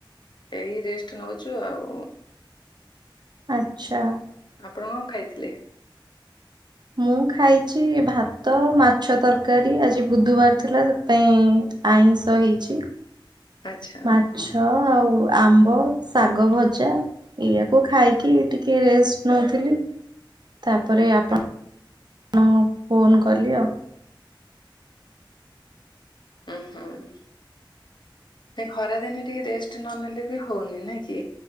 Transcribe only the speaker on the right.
ଆଚ୍ଛା।
ମୁଁ ଖାଇଛି ଭାତ, ମାଛ ତରକାରୀ ଆଜି ବୁଧବାର ଥିଲା ତ। ପାଇଁ ଆଇଁଷ ହେଇଛି।
ମାଛ ଆଉ ଆମ୍ବ, ଶାଗ ଭଜା। ଏଇଆକୁ ଖାଇକି ଟିକେ ରେଷ୍ଟ୍ ନଉଥିଲି। ତାପରେ ଆପଣ,
ଣ ଫୋନ କଲି ଆଉ।